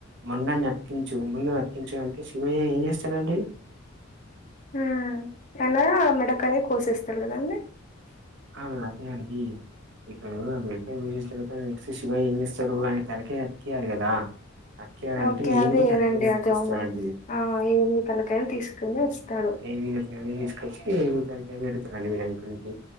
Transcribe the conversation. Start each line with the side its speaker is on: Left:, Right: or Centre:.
Right: మొడాన్ని అతికించు మొండాన్ని అతికించు అంటే శివయ్య ఏం చేస్తాడండి
Left: హ తనా మెడకాయ్ కోసేస్తాడు కాదండి
Right: ఆ అదే అండి ఇప్పుడు ఆ మేడకాయ్ కోసేసిన తరువాత నెక్స్ట్ శివయ్య ఏం చేస్తారు అయన తలకాయ్ అతికియ్యాలె కదా అతికేయాలంటే
Left: ఓకే
Right: ఏనుగు
Left: అదే
Right: తలకాయని
Left: ఏనండి
Right: అతికిస్తారండి
Left: అది అవును ఆ ఏనుగు తలకాయ్ ను తీసుకొని వస్తాడు
Right: <unintelligible> వచ్చ ఏనుగు తలకాయ్ పెడుతడండి వినాయకుడికి